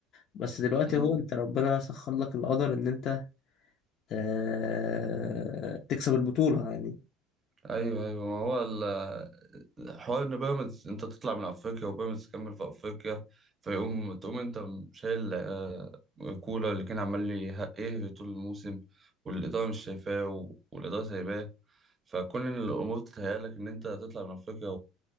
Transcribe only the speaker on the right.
امم
ايوه ايوه ما هو ال- آه، حوار ان بيراميدز انت تطلع من افريقيا وبيراميدز تكمل في افريقيا فيقوم تقوم انت شايل آه، كولر اللي كان عمال لي- يهري طول الموسم والاداره مش شايفاه و- والاداره سايباه فكل الامور تتهيألك ان انت تطلع من افريقيا